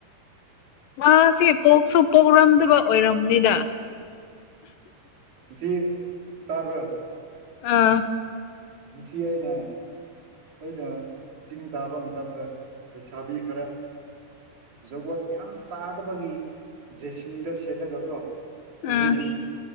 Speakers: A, on the left; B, on the right.
A: ꯉꯁꯤꯦ ꯄꯣꯛꯁꯨ ꯄꯣꯛꯔꯝꯗꯕ ꯑꯣꯏꯔꯝꯅꯤꯗ
B: ꯁꯤ ꯇꯥꯕ꯭ꯔꯣ
A: ꯑꯥ
B: ꯅꯨꯡꯁꯤ ꯑꯏꯅ ꯑꯣꯏꯩꯅ ꯆꯤꯡ ꯇꯥꯕ ꯃꯇꯝꯗ ꯂꯩꯁꯥꯕꯤ ꯈꯔ ꯖꯒꯣ ꯌꯥꯝ ꯆꯥꯗꯕꯒꯤ ꯗ꯭ꯔꯦꯁꯤꯡꯗ ꯁꯦꯠꯂꯒꯀꯣ
A: ꯑꯥ
B: ꯎꯔꯅꯤ